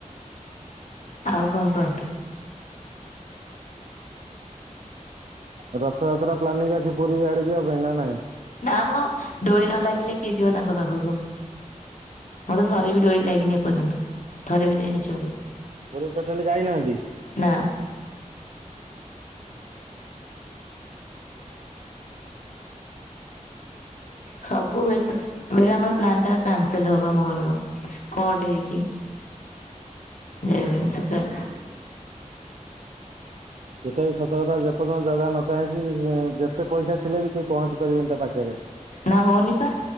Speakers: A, on the left; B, on the right.
A: ଆଉ କଁ କୁହନ୍ତୁ।
B: ରଥଯାତ୍ରା ପ୍ଲାନିଙ୍ଗ ଅଛି ପୁରୀ ଆଡେ ଯିବା ପାଇଁ ନା ନାଇଁ?
A: ନା ମ ଡୋରି ନ ଲାଗିଲେ କିଏ ଯିବ ତାଙ୍କ ପାଖକୁ। ମତେ ଥରେ ବି ଡୋରି ଲାଗିନି ଏପର୍ଯ୍ୟନ୍ତ ଥରେ ବି ଯାଇନି ଛୁଆ ବେଳୁ।
B: ପୁରୀ ତୋଟାଲେ ଯାଇନାହାନ୍ତି।
A: ନା। ସବୁବେଳେ ବେଳେ ଆମର ପ୍ଲାନ ଟା କାନସଲ ହବ ଆମ ଘରର କଁ ଟେ ହେଇକି।
B: <inaudible>
A: ଯାଇ ହୁଏନି ସେଥି ପାଇଁ।
B: ସେଟା ବି ସତର୍କତା ଯେପର୍ଯ୍ୟନ୍ତ ଜଗା ନ ଚାହିଁଚି ଯେତେ ପଇସା ଥିଲେ ବି କେହି ପହଞ୍ଚି ପାରିବେନି ତା ପାଖେରେ।
A: ନା ହଉନି ପା,